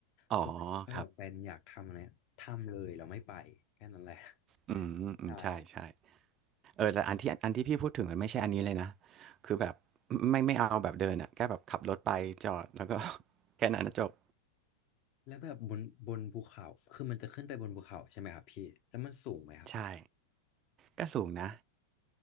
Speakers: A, on the right; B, on the left.
A: อ๋อ
B: โอเคถ้าแบบเป็นอยากทำอะไรทำเลยเราไม่ไปแค่นั้นแหละ
A: ครับอืมอืมใช่ใช่
B: <laughs> ใช่ครับ
A: เออแต่อันที่อันที่พี่พูดถึงมันไม่ใช่อันนี้เลยนะคือแบบไม่ไม่เอาแบบเดินอ่ะแค่แบบขับรถไปจอดแล้วก็ <laughs> แค่นั้นนะจบ
B: แล้วแบบบนบนภูเขาคือมันจะขึ้นไปบนภูเขาใช่ไหมครับพี่แล้วมันสูงไหมครับ
A: ใช่ก็สูงนะ